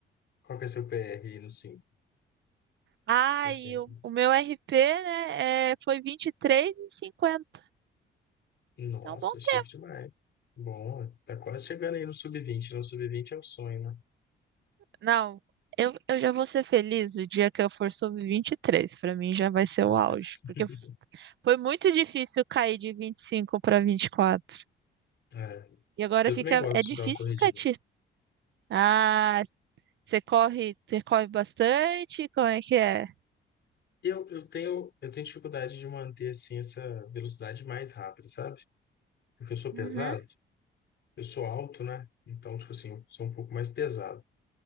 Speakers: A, on the left; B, on the right.
A: Qual que é seu PR aí no 5?
B: Ah,
A: Seu
B: e
A: tempo.
B: o, o meu RP, né, é, foi vinte e e três e cinquenta,
A: Nossa,
B: Então, bom
A: chique
B: tempo.
A: demais. Bom, tá quase chegando aí no sub-20, né? O sub-20 é o sonho, né?
B: Não, eu, eu já vou ser feliz o dia que eu for sub vinte e três, Para mim já vai ser o
A: Ah,
B: auge,
A: É, <laughs>
B: porque foi muito difícil cair de 25 para 24. E quatro.
A: É,
B: E agora
A: eu
B: fica,
A: também gosto
B: é difícil
A: de dar uma corridinha.
B: ficar tirando. Ah, Você corre, você corre bastante? Como é que é?
A: E eu, eu tenho, eu tenho dificuldade de manter, assim, essa velocidade mais rápida, sabe? Porque eu sou pesado,
B: Uhum.
A: eu sou alto, né? Então, tipo assim, eu sou um pouco mais pesado.